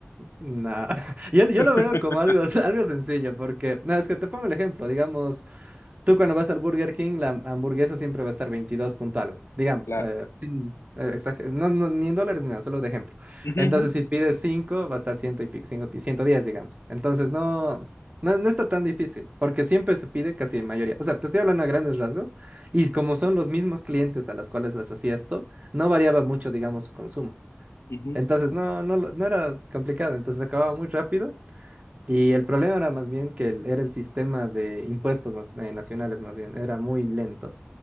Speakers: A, on the right; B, on the left.
A: No, <laughs> yo, yo
B: <laughs>
A: lo veo como algo, <laughs> algo sencillo, porque, no, es que te pongo el ejemplo, digamos, tú cuando vas al Burger King, la hamburguesa siempre va a estar veintidós punto algo digamos,
B: Claro.
A: eh, sin, eh, exager- no, no, ni en dólares ni nada, solo de ejemplo.
B: Ujú,
A: Entonces,
B: ujú,
A: si pides 5 va a estar ciento y pico, 5 y 110, digamos. Entonces, no, no, no está tan difícil, porque siempre se pide casi en mayoría. O sea, te estoy hablando a grandes rasgos, y como son los mismos clientes a los cuales les hacía esto, no variaba mucho, digamos, su consumo.
B: ujú.
A: Entonces, no, no, lo- no era complicado, entonces acababa muy rápido y el problema era más bien que el- era el sistema de impuestos nas- eh, nacionales, más bien, era muy lento.